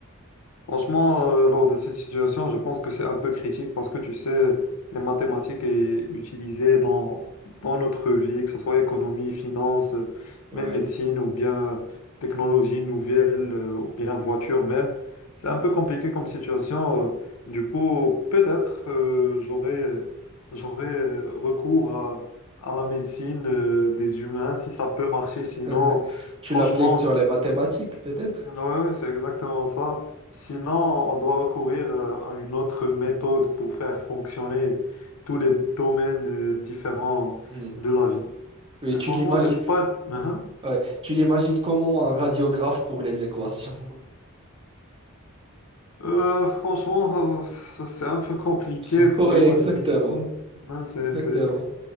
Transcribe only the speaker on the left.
Franchement, euh, lors de cette situation, je pense que c'est un peu critique parce que tu sais, les mathématiques est utilisées dans, dans notre vie, que ce soit économie, finance, euh,
même médecine ou bien technologie nouvelle euh, ou bien voiture même. C'est un peu compliqué comme situation. euh. Du coup, peut-être euh, j'aurais j'aurais euh, recours à, à la médecine euh, des humains si ça peut marcher. Sinon,
franchement,
Ouais, ouais, c'est exactement ça. Sinon, on doit recourir euh, à une autre méthode pour faire fonctionner tous les domaines euh, différents
de la vie.
Mais
franchement,
j'ai pas. d- Hein
Euh, franchement, euh, c- c'est un peu compliqué
pour
imaginer
ceci. Hein, c'est,
c'est-